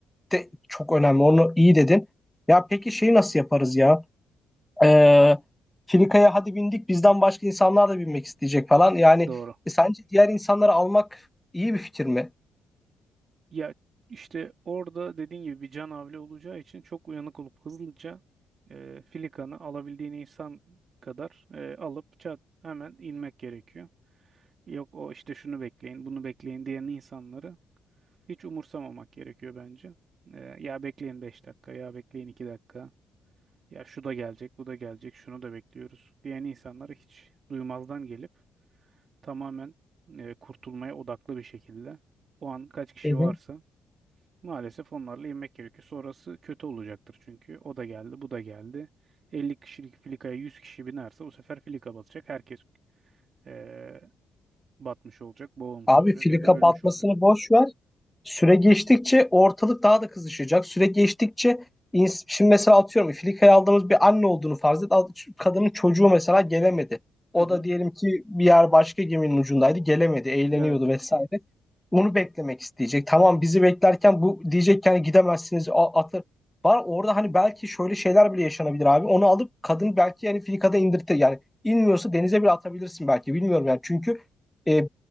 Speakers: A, in the centre; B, on the right.
A: de çok önemli. Onu iyi dedin. Ya peki şeyi nasıl yaparız ya? Ee, filikaya hadi bindik bizden başka insanlar da binmek isteyecek falan. Yani
B: Doğru.
A: e, sence diğer insanları almak iyi bir fikir mi?
B: Ya işte orada dediğin gibi bir can havli olacağı için çok uyanık olup hızlıca e, filikanı alabildiğin insan kadar e, alıp çat hemen inmek gerekiyor. Yok o işte şunu bekleyin, bunu bekleyin diyen insanları hiç umursamamak gerekiyor bence. E, ya bekleyin 5 dakika, ya bekleyin 2 dakika, ya şu da gelecek, bu da gelecek, şunu da bekliyoruz diyen insanları hiç duymazdan gelip tamamen e, kurtulmaya odaklı bir şekilde o an kaç kişi
A: Hı hı.
B: varsa Maalesef onlarla inmek gerekiyor. Sonrası kötü olacaktır çünkü. O da geldi, bu da geldi. 50 kişilik filikaya 100 kişi binerse bu sefer filika batacak. Herkes eee, batmış olacak, boğulmuş
A: Abi
B: olacak
A: fili
B: ya
A: kapatmasını
B: da ölmüş olacak.
A: boş ver. Süre geçtikçe ortalık daha da kızışacak. Süre geçtikçe ins- şimdi mesela atıyorum Filika'ya aldığımız bir anne olduğunu farz et. Al- Kadının çocuğu mesela gelemedi. O
B: Hı hı.
A: da diyelim ki bir yer başka geminin ucundaydı. Gelemedi, eğleniyordu
B: Evet,
A: vesaire. Onu beklemek isteyecek. Tamam bizi beklerken bu diyecek ki hani gidemezsiniz a- atı var. Orada hani belki şöyle şeyler bile yaşanabilir abi. Onu alıp kadın belki yani Filika'da indirtir. Yani inmiyorsa denize bile atabilirsin belki. Bilmiyorum yani. Çünkü e,